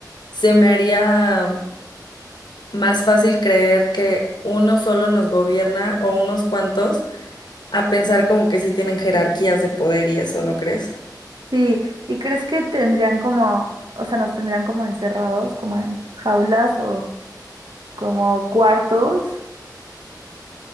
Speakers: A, on the left; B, on the right.
A: se me haría más fácil creer que uno solo nos gobierna o unos cuantos a pensar como que sí tienen jerarquías de poder y eso, ¿no crees?
B: Sí, ¿y crees que tendrían como, o sea, nos tendrían como encerrados, como en jaulas o como cuartos?